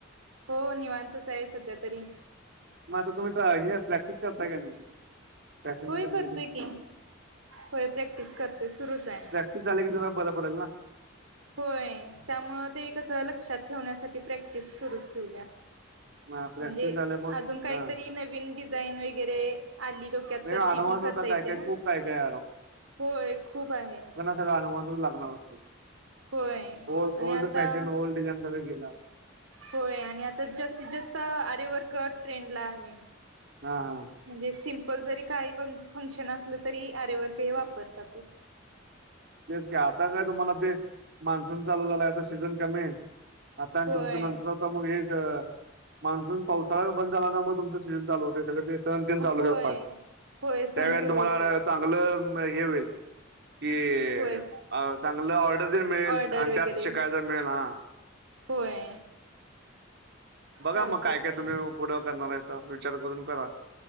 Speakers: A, on the right; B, on the right.
A: हो निवांतच आहे सध्या तरी
B: मग आता तुम्ही हे प्रॅक्टिस करता का प्रॅक्टिस
A: होय करतोय की होय प्रॅक्टिस करतोय सुरूच आहे
B: झाले कि जरा बरं पडेल ना
A: होय त्यामु ते कस लक्षात ठेवण्यासाठी प्रॅक्टिस सुरूच ठेवल्या
B: हा प्रॅक्टिस
A: म्हणजे
B: झाल्यामुळे
A: अजून काहीतरी
B: हा
A: नवीन डिझाईन वगैरे आली त्यातर
B: नाही ॲडव्हान्स
A: ती पण करता
B: आता
A: येत्या
B: काय काय
A: ना
B: खूप काय काय
A: होय खूप आहे
B: लागणारग
A: होय
B: ओ
A: आणि
B: ओल्ड
A: आता
B: फॅशन ओल्ड डिझाईन क गेला
A: होय आणि आता जास्तीत जास्त आरेवर कट ट्रेंडला आहे
B: हा हा
A: म्हणजे सिम्पल जरी काही फंक्शन असलं तरी आरेवर काही वापरतातच
B: तेच की आता काय तुम्हाला ते मान्सून चालू झालाय आता सीझन कमी आहे
A: होय
B: तुमच नंतर आता मग हे मान्सून पावसाळा बंद झाला ना मग तुमचं सीजन चाल होते सग ते सण तीन चालू
A: होय
B: पुण्यात फास्ट
A: होय
B: त्यावेळे
A: सण सुरू
B: तुम्हाला
A: होतात
B: चांगलं हे होईल की
A: होय
B: चांगलं ऑर्डर तेन मिळेल
A: ऑर्डर
B: आणि
A: वगैरे
B: त्यात शिकायचा मिळेल हा
A: होय
B: बघा
A: चालते
B: मग काय काय
A: की
B: तुम्ही पुढं करणारयचा विचार करून करा